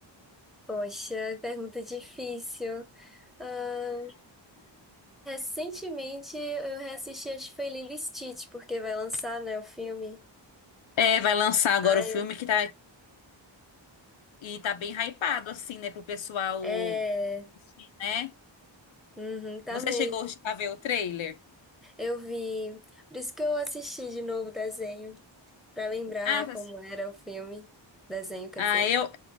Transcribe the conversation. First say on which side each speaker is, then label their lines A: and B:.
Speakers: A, in the centre; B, on the left.
A: Poxa, pergunta difícil. Ah, recentemente eu reassisti, acho que foi Lilo e Stitch, porque vai lançar, né, o filme.
B: É, vai lançar agora
A: Ah,
B: o filme
A: eu-
B: que tá, e tá bem hypado, assim, né? Pro pessoal
A: é.
B: né?
A: Uhum, tá
B: Você
A: mesmo.
B: chegou a ver o trailer?
A: Eu vi. Por isso que eu assisti de novo o desenho, pra lembrar
B: Ah, tá-
A: como era o filme. Desenho, quer
B: ah,
A: dizer.
B: eu,